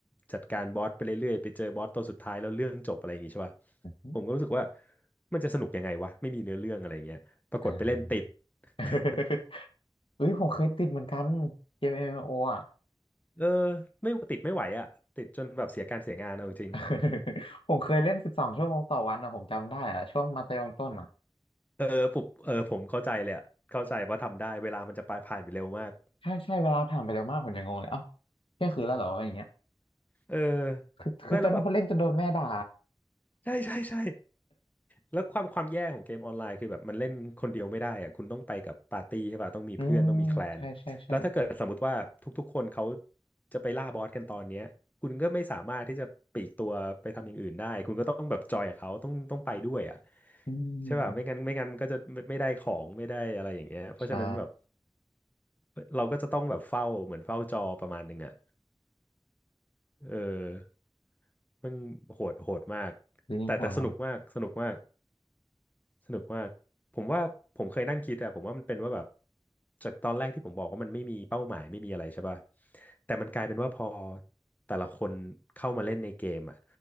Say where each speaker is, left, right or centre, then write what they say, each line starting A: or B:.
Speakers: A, on the left; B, on the left.
A: จัดการบอสไปเรื่อยๆไปเจอบอสตัวสุดท้ายแล้วเรื่องจบอะไรอย่างงี้ใช่ป่ะ
B: ืม
A: ผมก็รู้สึกว่ามันจะสนุกยังไงวะไม่มีเนื้อเรื่องอะไรอย่างเงี้ยปรากฏไปเล่นติด
B: อ่า <laughs>
A: <laughs>
B: อุ้ยผมเคยติดเหมือนกันเกม MMO อมเอ็มโออ่ะ
A: เออไม่ติดไม่ไหวอ่ะติดจนแบบเสียการเสียงานเอาจริง
B: <laughs> ผมเคยเล่นสิบสองชั่วโมงต่อวันอ่ะผมจำได้อ่ะช่วงมัธยมต้นอ่ะ
A: ๆเออปุบเออผมเข้าใจเลยอะเข้าใจว่าทำได้เวลามันจะไปผ่านไปเร็วมาก
B: ใช่ใช่เวลาผ่านไปเร็วมากผมยังงงเลยเอ้าเที่ยงคืนแล้วเหรออะไรอย่างเงี้ย
A: เออ
B: คือคือจนคนเล่นจนโดนแม่ด่า
A: ไม่แล้วแบบใช่ใช่ใช่แล้วความความแย่ของเกมออนไลน์คือแบบมันเล่นคนเดียวไม่ได้อ่ะคุณต้องไปกับปาร์ตี้ใช่ป่ะต้องมีเพื่อนต้องมีแคลนแล้วถ้าเกิดสมมติว่าทุกๆคนเขา
B: <laughs> อืมใช่ใช่ใช่
A: จะไปล่าบอสกันตอนเนี้ยคุณก็ไม่สามารถที่จะปลีกตัวไปทำอย่างอื่นได้คุณก็ต้องแบบจอยกับเขาต้องต้องไปด้วยอ่ะ
B: อืม
A: ใช่ป่ะไม่งั้นไม่งั้นมันก็จะไม่ไม่ได้ของไม่ได้อะไรอย่างเงี้ยเพราะฉะนั้นแบบ
B: ใช่
A: เราก็จะต้องแบบเฝ้าเหมือนเฝ้าจอประมาณหนึ่งอ่ะเออมันโหดโหดมาก
B: ยิงหัวมา
A: แต่แต่สนุกมากสนุกมากสนุกมากผมว่าผมเคยนั่งคิดอะผมว่ามันเป็นว่าแบบจากตอนแรกที่ผมบอกว่ามันไม่มีเป้าหมายไม่มีอะไรใช่ป่ะแต่มันกลายเป็นว่าพอแต่ละคนเข้ามาเล่นในเกมอะ